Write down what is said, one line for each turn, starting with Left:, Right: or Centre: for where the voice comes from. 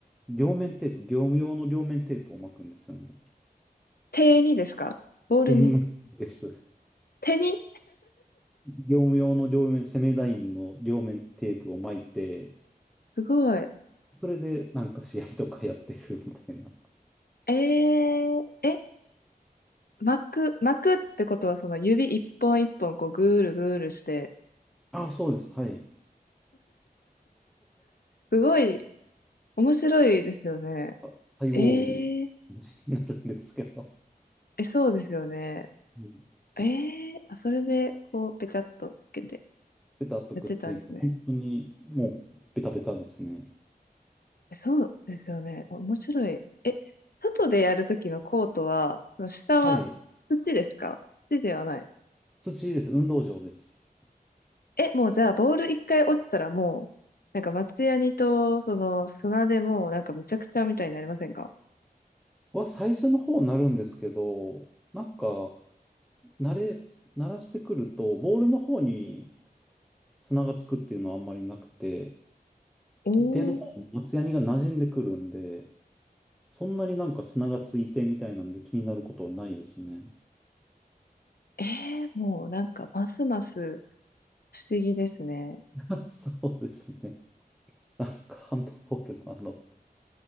Centre: 両面テープ、業務用の両面テープを巻くんですよね。
Left: 手にですかボールに。
Centre: デニムです。
Left: 手に
Centre: 業務用の両面、セメダインの両面テープを巻いて、
Left: すごい。
Centre: それでなんか試合とかやってるみたいな。
Left: えー、え、巻く、巻くってことはその指一本一本こうぐーるぐーるして、
Centre: あ、そうです。はい。
Left: すごい面白いですよね。
Centre: あサイボーグみたい
Left: えー、
Centre: な感じになるんですけど。
Left: え、そうですよね。
Centre: うん
Left: えー、あ、それでこうペチャっとつけて
Centre: ベタっとくっついて、
Left: やってたんですね。
Centre: 本当にもうベタベタですね。
Left: そうですよね。あ面白い。え、外でやるときのコートは、その下は土ですか土ではない。
Centre: はい。土です。運動場です。
Left: え、もうじゃあ、ボール一回落ちたらもう、なんか松ヤニと、その砂でもうなんかむちゃくちゃみたいになりませんか
Centre: は最初の方になるんですけど、なんか、慣れ、慣らしてくると、ボールの方に砂がつくっていうのはあんまりなくて、
Left: おー、
Centre: 手の方も松ヤニが馴染んでくるんで、そんなになんか砂がついてみたいなんで気になることはないですね。
Left: えー、もうなんかますます不思議ですね。
Centre: <laughs> そうですね。なんかハンドボールのあの、